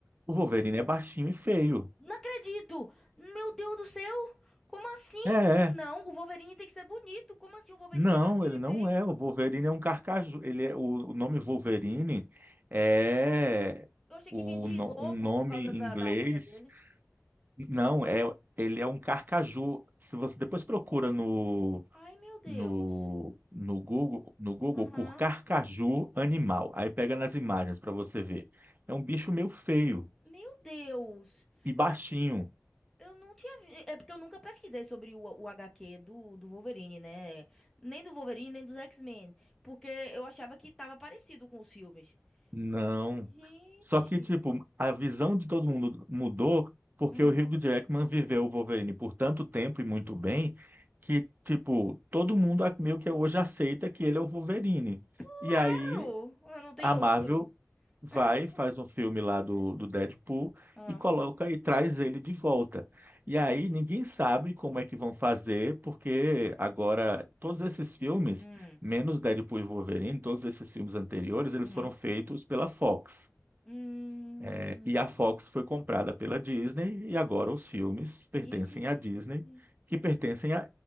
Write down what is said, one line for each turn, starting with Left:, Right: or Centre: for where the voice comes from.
Right: O Wolverine é baixinho e feio.
Centre: Não acredito! Meu Deus do céu! Como assim?
Right: É, é.
Centre: Não, o Wolverine tem que ser bonito. Como assim o Wolverine
Right: não,
Centre: é baixinho
Right: ele
Centre: e
Right: não
Centre: feio?
Right: é. O Wolverine é um carcaju. Ele é, o, o nome Wolverine é
Centre: Eu achei
Right: o,
Centre: que vinha de
Right: no-
Centre: lobo
Right: um nome
Centre: por causa
Right: em
Centre: da,
Right: inglês.
Centre: da unha dele.
Right: Não, é, ele é um carcaju. Se você depois procura no
Centre: Ai, meu Deus.
Right: no, no Google, no Google
Centre: Aham.
Right: por carcaju animal. Aí pega nas imagens para você ver. É um bicho meio feio
Centre: Meu Deus.
Right: e baixinho.
Centre: Eu, eu não tinha. vi- É porque eu nunca pesquisei sobre o, o HQ do, do Wolverine, né? Nem do Wolverine, nem dos X-Men. Porque eu achava que tava parecido com os filmes.
Right: Não.
Centre: Gente.
Right: Só que, tipo, a visão de todo mundo mudou porque
Centre: Hum.
Right: o Hugh Jackman viveu o Wolverine por tanto tempo e muito bem que, tipo, todo mundo a- meio que hoje aceita que ele é o Wolverine.
Centre: Claro!
Right: E aí
Centre: Ah, Não tem
Right: A
Centre: outro.
Right: Marvel vai,
Centre: <laughs>
Right: faz um filme lá do, do Deadpool
Centre: Ah.
Right: e coloca e traz ele de volta. E aí ninguém sabe como é que vão fazer, porque agora todos esses filmes,
Centre: Hum.
Right: menos Deadpool e Wolverine, todos esses filmes anteriores, eles
Centre: Uhum.
Right: foram feitos pela Fox.
Centre: Hum.
Right: É, e a Fox foi comprada pela Disney e agora os filmes pertencem
Centre: E.
Right: à Disney, que pertencem a,